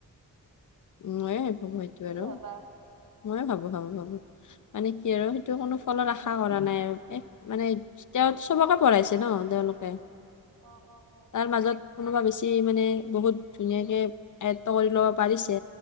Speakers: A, on the left (about 60°); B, on the right (about 65°).
A: মোয়ে ভাবো সেইটো
B: কি
A: আৰু
B: ভাবা?
A: মোয়ে ভাবো ভাবো ভাবো মানে কি আৰু সেইটো কোনো ফলত আশা কৰা নাই আৰু এক মানে তেওঁ চবকে পঢ়াইছে ন তেওঁলোকে
B: অ অ অ
A: তাৰ মাজত
B: অ অ
A: কোনোবা
B: উ
A: বেছি মানে বহুত ধুনীয়াকে আয়ত্ব কৰি ল'ব পাৰিছে।